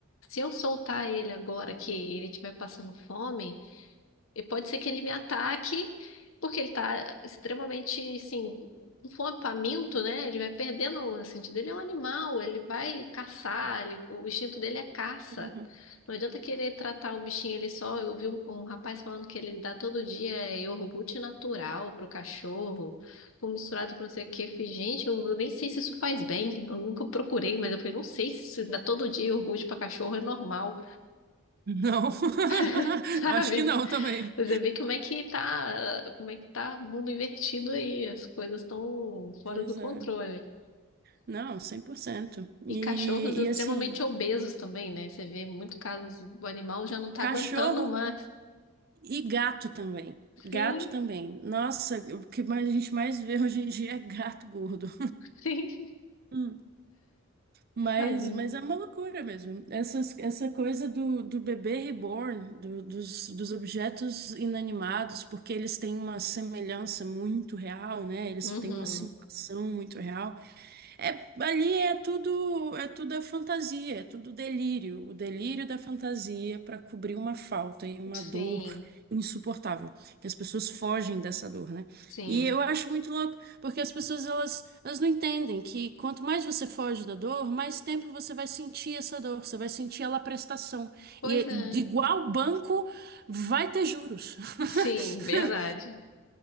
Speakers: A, on the left (about 65°); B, on the right (about 45°).
A: se eu soltar ele agora que ele estiver passando fome, e pode ser que ele me ataque, porque ele tá extremamente, assim, com fome, faminto, né? Ele vai perdendo assim, o sentido. Ele é um animal, ele vai caçar, ele- o instinto dele é caça.
B: Uhum.
A: Não adianta querer tratar o bichinho ali só. Eu vi um, um rapaz falando que ele dá todo dia iogurte natural pro cachorro, com misturado com não sei o quê, Eu falei, gente, eu, eu nem sei se isso faz bem. Eu nunca procurei, mas eu falei, não sei se isso dá todo dia iogurte pra cachorro é normal,
B: Não, <laughs>
A: <laughs> sabe?
B: acho que não também.
A: Você vê como é que tá, como é que tá o mundo invertido aí, as coisas estão fora
B: Pois
A: do controle.
B: é. Não, 100%. E,
A: E cachorros extremamente
B: e assim,
A: obesos também, né? Você vê muito casos, o animal já não tá
B: cachorro.
A: aguentando mais.
B: E gato também. Gato
A: Sim,
B: também. Nossa, o que mais a gente mais vê <laughs> hoje em dia é gato gordo.
A: sim, <laughs>
B: Hum, Mas,
A: tadinho.
B: mas é uma loucura mesmo. Essas, essa coisa do, do bebê reborn, do- dos, dos objetos inanimados, porque eles têm uma semelhança muito real, né? Eles
A: Uhum.
B: têm uma simulação muito real. É, ali é tudo, é tudo a fantasia, é tudo delírio, o delírio da fantasia para cobrir uma falta e uma
A: Sim,
B: dor insuportável, que as pessoas fogem dessa dor, né?
A: sim.
B: E eu acho muito louco, porque as pessoas elas, elas não entendem que quanto mais você foge da dor, mais tempo você vai sentir essa dor, você vai sentir ela prestação.
A: Pois
B: E é-
A: é.
B: igual banco vai ter juros. <laughs>
A: Sim, verdade.